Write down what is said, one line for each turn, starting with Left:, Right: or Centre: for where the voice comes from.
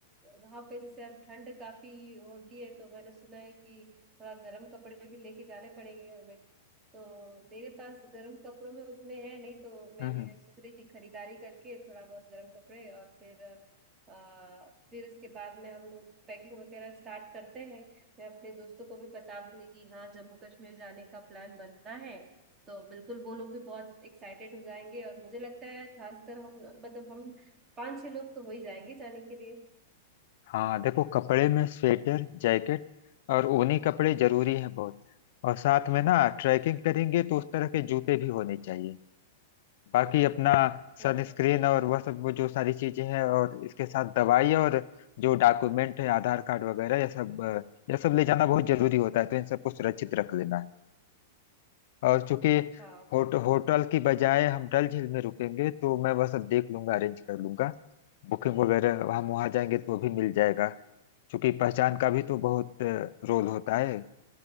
Right: वहां पे जैसे अब ठंड काफी होती है तो मैंने सुना है कि थोड़ा गर्म कपड़े भी लेके जाने पड़ेंगे हमें तो मेरे पास गर्म कपड़ों में उतने हैं नहीं तो मैं
Left: हम्म हम्म।
Right: सोच रही थी खरीदारी करके थोड़ा बहुत गर्म कपड़े और फिर आ, फिर उसके बाद में हम लोग पैकिंग वगैरह स्टार्ट करते हैं मैं अपने दोस्तों को भी बता दूंगी कि हाँ जम्मू कश्मीर जाने का प्लान बनना है तो बिल्कुल वो लोग भी बहुत एक्साइटेड हो जाएंगे और मुझे लगता है खासकर हम मतलब हम पांच छह लोग तो हो ही जाएंगे जाने के लिए
Left: हाँ देखो कपड़े में स्वेटर जैकेट और ऊनी कपड़े जरूरी हैं बहुत और साथ में ना ट्रैकिंग करेंगे तो उस तरह के जूते भी होने चाहिए बाकी अपना
Right: बिल्कुल
Left: सनस्क्रीन और वह सब वो जो सारी चीजें हैं और इसके साथ दवाई और जो डॉक्यूमेंट है आधार कार्ड वगैरह यह सब अ, यह सब ले जाना बहुत जरूरी होता है तो इन सबको सुरक्षित रख लेना है और चूंकि
Right: हाँ
Left: होट,
Right: बिल्कुल
Left: होटल की बजाय हम डल झील में रुकेंगे तो मैं वह सब देख लूंगा अरेंज कर लूंगा बुकिंग वगैरह हम वहाँ जाएंगे तो वो भी मिल जाएगा चूंकि पहचान का भी तो बहुत अ, रोल होता है